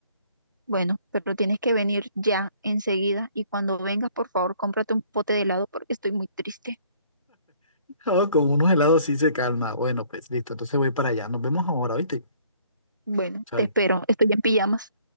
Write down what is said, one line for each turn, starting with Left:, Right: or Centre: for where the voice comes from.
Right: Bueno, pero tienes que venir ya enseguida y cuando vengas, por favor, cómprate un pote de helado porque estoy muy triste.
Left: No, con unos helados sí se calma. Bueno, pues listo, entonces voy para allá. Nos vemos ahora, ¿viste?
Right: Bueno,
Left: Chao.
Right: te espero, estoy en pijamas.